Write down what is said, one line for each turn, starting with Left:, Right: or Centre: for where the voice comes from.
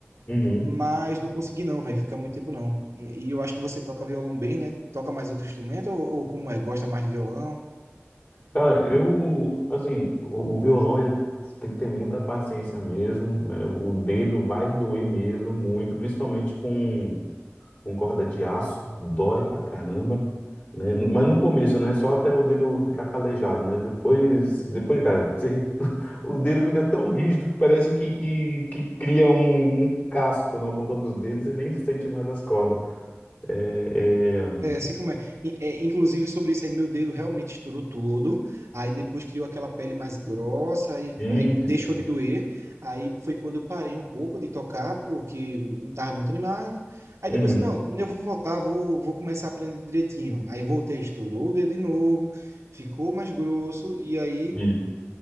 Left: Uhum.
Right: mas não consegui não, velho, ficar muito tempo não. E eu acho que você toca violão bem, né? Toca mais outro instrumento ou, ou como é? Gosta mais de violão?
Left: Cara, eu, assim, o, o violão, ele tem que ter muita paciência mesmo, né? O dedo vai doer mesmo, muito, principalmente com com corda de aço, dói pra caramba, né? Mas no começo, né? Só até o dedo ficar calejado, né? Depois, depois, cara, você- <laughs> o dedo fica tão rígido que parece que, que, que cria um, um casco na ponta dos dedos, você nem se sente mais as cordas. É, é...
Right: É, sei como é. E, é, Inclusive sobre isso aí, meu dedo realmente estourou todo, aí depois criou aquela pele mais grossa, aí,
Left: Isso,
Right: aí deixou
Left: isso. mesmo.
Right: de doer, aí foi quando eu parei um pouco de tocar, porque não estava muito animado, aí
Left: Uhum.
Right: depois, não, eu vou voltar, vou, vou começar a aprender direitinho, aí voltei, estourou o dedo de novo, ficou mais grosso, e aí
Left: Isso.